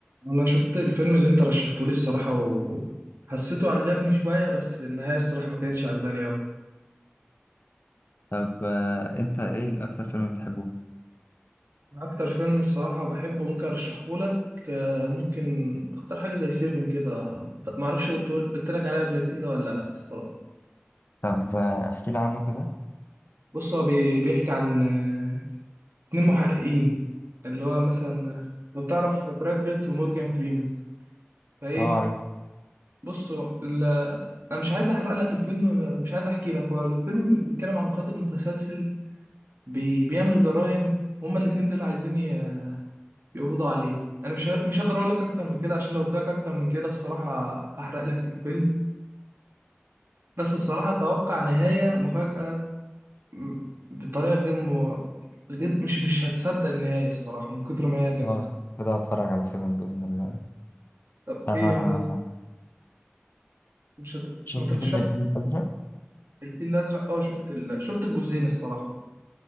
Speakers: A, on the right; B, on the left.
A: انا شفت الفيلم اللي انت رشحته لي الصراحه وحسيته عجبني شويه بس النهايه الصراحه ما كانتش عجباني قوي
B: طب آه، انت ايه اكتر فيلم بتحبه
A: اكتر فيلم الصراحه بحبه ممكن ارشحه لك آه، ممكن اختار حاجه زي سيفن كده ما اعرفش قلت قلت لك عليها قبل كده ولا لا الصراحه
B: طب آه، احكي لي عنه كده
A: بص هو بي- بيحكي عن آه، اتنين محققين اللي هو مثلا آه، لو تعرف براد بيت ومورجان فريمان فايه
B: اه عرفت
A: بص هو ال- انا مش عايز احرق لك الفيلم مش عايز احكي لك هو الفيلم بيتكلم عن قاتل متسلسل بي بيعمل جرائم هما الاتنين دول عايزين ي- يقبضوا عليه انا مش ه- مش هقدر اقول لك اكتر من كده عشان لو قلت لك اكتر من كده الصراحه هحرق لك الفيلم بس الصراحه اتوقع نهايه مفاجاه م- بطريقه غير م... غير مش مش هتصدق النهايه الصراحه من كتر ما هي جامده
B: خلاص كده هتفرج على سيفن بإذن الله
A: طب
B: انا
A: ايه ما انت مش هت...
B: شفت
A: ما ترشحش
B: فيلم الفيل الأزرق
A: الفيل الازرق اه شفت ال... شفت الجزئين الصراحه